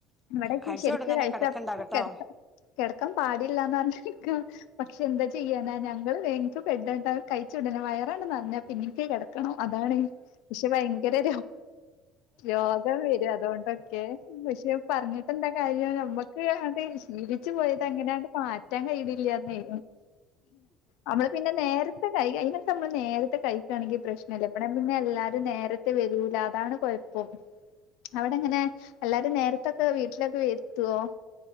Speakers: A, on the left (about 80°); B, in the centre.
A: ഇവിടെക്ക്
B: കഴിച്ച
A: ശെരിക്ക്
B: ഉടൻ തന്നെ
A: കഴിച്ച
B: കിടക്കണ്ട
A: അപ്പ
B: കേട്ടോ
A: കിടക്കും കിടക്കാൻ പാടില്ലാന്ന് പറഞ്ഞിരിക്കും പക്ഷെ എന്താ ചെയ്യാനാ ഞങ്ങള് <unintelligible> കഴിച്ചുടനെ വയറങ്ങ് നെറഞ്ഞ എനിക്ക് കെടക്കണം അതാണ് പക്ഷെ ഭയങ്കര രോ രൊ വരും അതൊണ്ടൊക്കെ പക്ഷെ പറഞ്ഞിട്ടെന്താ കാര്യം നമ്മുക്ക് അത് ശീലിച്ചു പോയത് അങ്ങനാണ്ട് മാറ്റാൻ കഴിയിണില്ല്യാന്നേ നമ്മള് പിന്നെ നേരത്തെ കൈ അയിനൊക്കെ നമ്മള് നേരത്തെ കഴിക്കാണെങ്കി പ്രശ്നില്ലേ ഇവടെ പിന്നെ എല്ലാരും നേരത് ത്തെ വരൂല അതാണ് കൊയപ്പം അവിടെ എങ്ങനെ എല്ലാരും നേരത്തൊക്കെ വീട്ടിലൊക്കെ എത്തുവോ